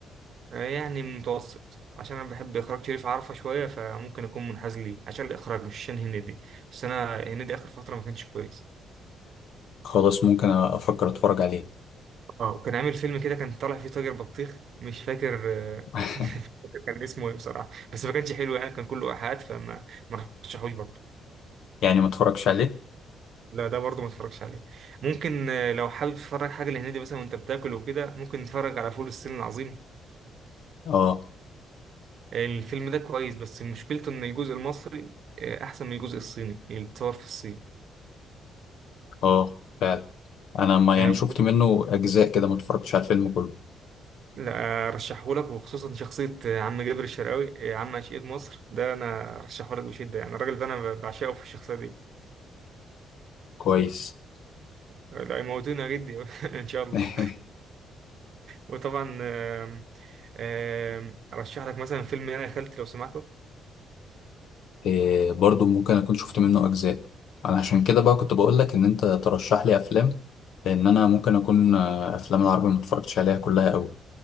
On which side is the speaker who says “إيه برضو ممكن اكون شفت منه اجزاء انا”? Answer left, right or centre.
Left